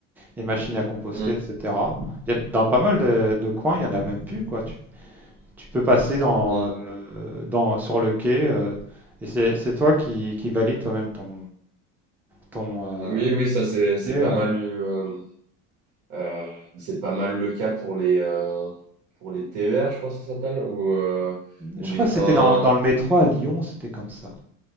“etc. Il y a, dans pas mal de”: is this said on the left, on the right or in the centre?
Centre